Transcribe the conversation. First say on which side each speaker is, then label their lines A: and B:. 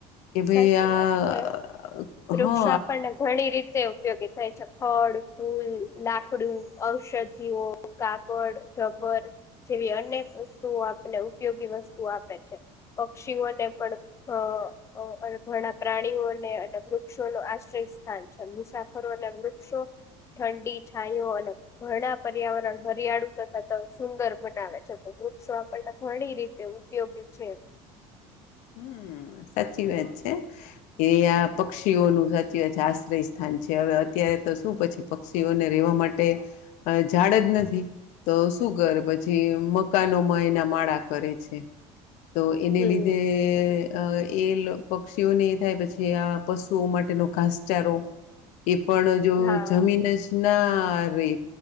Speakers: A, on the left; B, on the left.
A: કે ભાઈ
B: સાચી
A: આ
B: વાત છે. વૃક્ષા
A: હા
B: આપણને ઘણી રીતે ઉપયોગી થાય છ ફળ, ફૂલ, લાકડું, ઔષધિઓ, કાગડ, રબર જેવી અનેક વસ્તુઓ આપને ઉપયોગી વસ્તુઓ આપે છે. પક્ષીઓને પણ હ અહ અને ઘણા પ્રાણીઓને અને વૃક્ષો નો આશ્રય સ્થાન છે મુસાફરો અને વૃક્ષો ઠંડી છાયયો અને ઘણા પર્યાવરણ હરિયાળુ તથા ત સુંદર બનાવે છે. તો તો વૃક્ષો આપણને ઘણી રીતે ઉપયોગી છે.
A: હમ્મ. હા સાચી વાત છે એ આ પક્ષીઓનું સાચી વાત છે આશ્રય સ્થાન છે. હવે અત્યાર ત્યારે તો શું પછી પક્ષીઓને રહેવા માટે અ ઝાડ જ નથી તો શું કરે પછી મકાનોમાં એના માળા કરે છે
B: <inaudible>
A: તો એને
B: હમ
A: લીધે અ એ પક્ષીઓને એ થાય પછી આ પશુઓ માટેનો ઘાસચારો એ પણ જો
B: હા
A: જમીન જ નારે